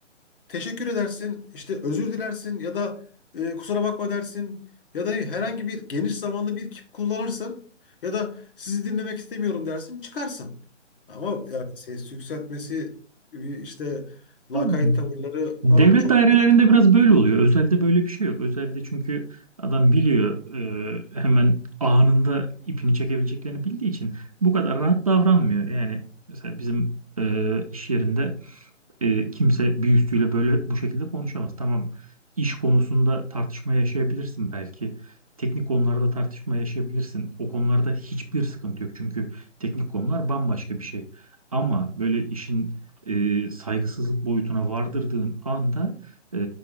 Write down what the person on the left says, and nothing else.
teşekkür edersin, işte özür dilersin ya da e, kusura bakma dersin ya da ne bileyim, herhangi bir geniş zamanlı bir kip kullanırsın ya da sizi dinlemek istemiyorum dersin, çıkarsın. Ama yani ses yükseltmesi bir işte lakayt
tavırları
falan çok
huh,